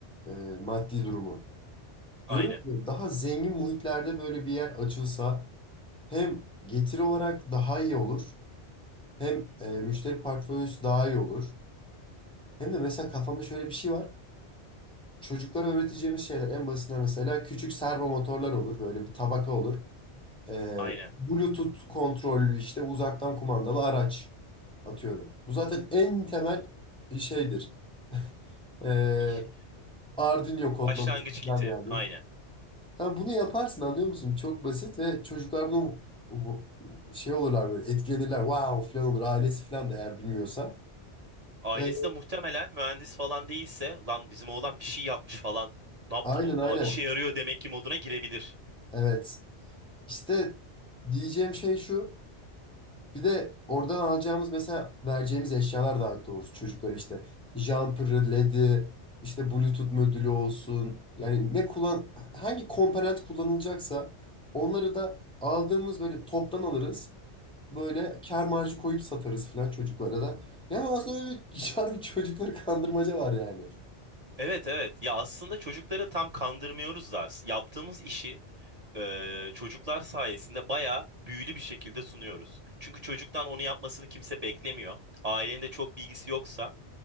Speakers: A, in the centre; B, on the right.
A: e, maddi durumu.
B: Aynen,
A: Diyorum ki daha zengin muhitlerde böyle bir yer açılsa hem getiri olarak daha iyi olur hem e, müşteri portföyüsü daha iyi olur. Hem de mesela kafamda şöyle bir şey var. Çocuklara öğreteceğimiz şeyler en basitinden mesela küçük servo motorlar olur. Böyle bir tabaka olur. E,
B: aynen.
A: Bluetooth kontrollü işte uzaktan kumandalı araç atıyorum. Bu zaten en temel şeydir. E,
B: İh.
A: Arduino kodlaması
B: Başlangıç kiti.
A: falan yani.
B: Aynen.
A: Ha, bunu yaparsın anlıyor musun? Çok basit ve çocuklar bunu bu- bu- şey olurlar böyle etkilenirler. Wow falan olur ailesi falan da eğer bilmiyorsa.
B: Ailesi
A: E,
B: de muhtemelen mühendis falan değilse lan bizim oğlan bir şey yapmış falan. Ne yaptı
A: aynen
B: bu?
A: aynen.
B: O işe yarıyor demek ki moduna girebilir.
A: Evet. İşte diyeceğim şey şu. Bir de oradan alacağımız mesela vereceğimiz eşyalar daha doğrusu çocuklara işte jumper'ı, LED'i, işte Bluetooth modülü olsun. Yani ne kullan hangi komponent kullanılacaksa onları da aldığımız böyle toptan alırız. Böyle kâr marjı koyup satarız falan çocuklara da. Yani aslında öyle bir <laughs> harbi çocukları kandırmaca var yani.
B: Evet evet. Ya aslında çocukları tam kandırmıyoruz da s- yaptığımız işi e, çocuklar sayesinde bayağı büyülü bir şekilde sunuyoruz. Çünkü çocuktan onu yapmasını kimse beklemiyor. Ailenin de çok bilgisi yoksa